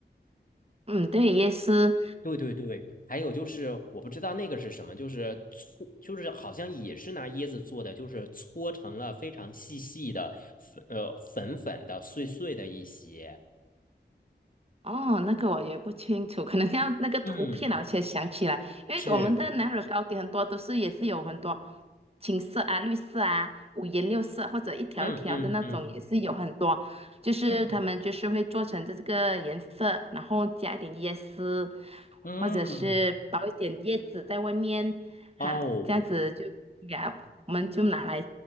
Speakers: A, on the right; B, on the left.
A: 嗯，对，也是。
B: 对对对，还有就是我不知道那个是什么，就是搓，就是好像也是拿椰子做的，就是搓成了非常细细的粉，呃，粉粉的、碎碎的一些。
A: 哦，那个我也不清楚，可能要那个图片啊，
B: 嗯，
A: 我才想起来。因为我们的南乳糕点很多都是也是有很多
B: 是，
A: 青色啊、绿色啊、五颜六色或者一条一条的那种，
B: 嗯嗯嗯
A: 也是有很多。就是他们就是会做成这个颜色，
B: 嗯
A: 然后加一点椰丝，
B: 嗯，
A: 或者是包一点叶子在外面，
B: 哦
A: 哈，这样子就给它我们就拿来